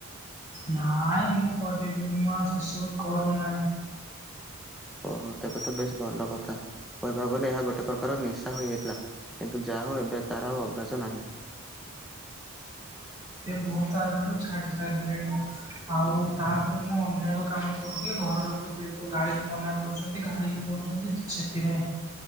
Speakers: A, on the right (about 15°); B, in the centre.
A: ନାଇଁ ମୁଁ କରିବିନି ମୁଁ ଆଉ ସେସବୁ କରୁନାହିଁ।
B: ଓହୋ ତେବେ ତ ବେଶ ଭଲ କଥା। କହିବାକୁ ଗଲେ ଏହା ଗୋଟେ ପ୍ରକାର ନିଶା ହୋଇଯାଇଥିଲା କିନ୍ତୁ ଯାହା ହଉ ଏବେ ତାର ଆଉ ଅଭ୍ୟାସ ନାହିଁ।
A: ସେ ବହୁତ ଆଗରୁ ଛାଡ଼ି ସାରିଲେଣି। ଆଉ ତାପରେ ମୁଁ ଅନେକ କାମ କରୁଥିଲି ଘର ଲୋକ ଯେହେତୁ ଗାଳି ମନା କରୁଛନ୍ତି ଗାଳି ବି କରୁ ତ ସେଥିପାଇଁ